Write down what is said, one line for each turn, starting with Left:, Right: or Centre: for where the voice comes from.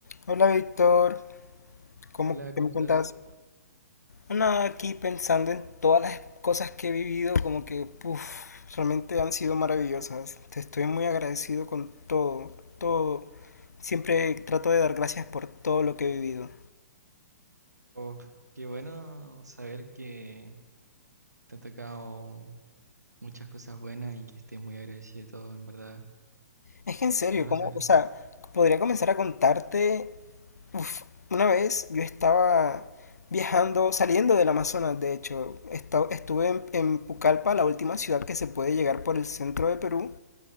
Left: Hola Víctor, ¿cómo
Right: Hola, ¿cómo
Left: qué me
Right: estás?
Left: cuentas? Nada, aquí pensando en todas las cosas que he vivido, como que, puff, realmente han sido maravillosas. Te estoy muy agradecido con todo, todo. Siempre trato de dar gracias por todo lo que he vivido.
Right: Oh, qué bueno saber que te ha tocado muchas cosas buenas y que estés muy agradecido de todo, en verdad.
Left: Es que en serio,
Right: Es bueno
Left: ¿cómo?
Right: saberlo.
Left: O sea, podría comenzar a contarte, uf, una vez yo estaba viajando, saliendo del Amazonas, de hecho, Esta- estuve en en Pucallpa, la última ciudad que se puede llegar por el centro de Perú.